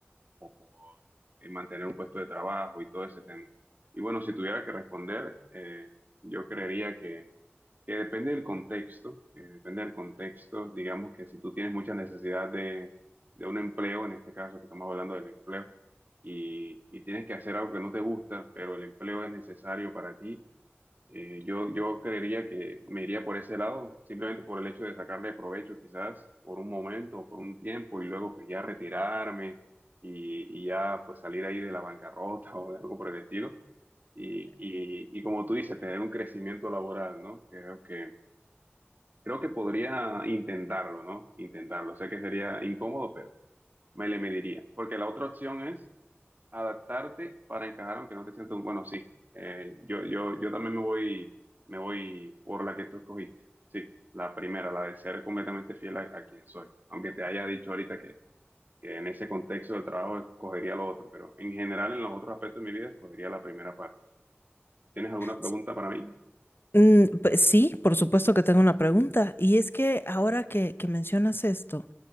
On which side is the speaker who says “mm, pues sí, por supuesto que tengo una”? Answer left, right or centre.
Left